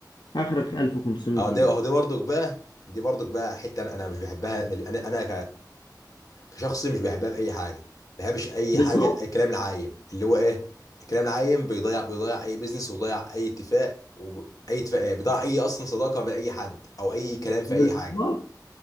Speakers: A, on the left; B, on the left.
A: اخرك 1500
B: اهو
A: جنيه
B: ده اهو ده برضك بقى دي برضك بقى حته انا أنا مش بحبها انا انا كشخص مش بحبها في اي حاجه ما بحبش اي
A: بالظبط
B: حاجه الكلام العايم اللي هو ايه الكلام العايم بيضيع بيضيع اي بيزنس وبيضيع اي اتفاق واي اتفاق ايه بيضيع اي اصلا صداقه من اي حد او اي كلام في
A: بالظبط
B: اي حاجه